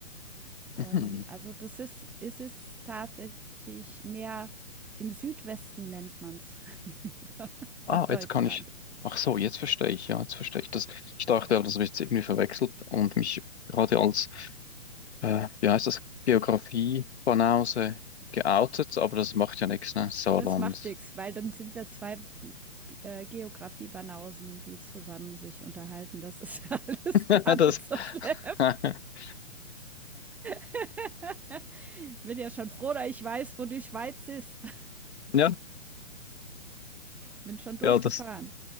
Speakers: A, in the centre; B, on the left.
A: Und
B: Mhm.
A: also das ist ist es tatsächlich mehr im Südwesten nennt man's <laughs> von
B: Ah,
A: Deutschland.
B: jetzt kann ich. Ach so, jetzt verstehe ich, ja, jetzt verstehe ich das. Ich dachte, aber das habe ich jetzt irgendwie verwechselt und mich gerade als äh, wie heißt das, Geografie von Hause geoutet, aber das macht ja nichts, ne? Saarland.
A: Das macht nix, weil dann sind wir 2 hm, äh, Geografie-Banausen, die zusammen sich unterhalten. Das ist ja <laughs> alles
B: <laughs>
A: gar
B: Das,
A: nicht so schlimm.
B: <laughs>
A: <laughs> Bin ja schon froh, dass ich weiß, wo die Schweiz ist. <laughs>
B: ja,
A: Bin schon durchgefahren.
B: ja, das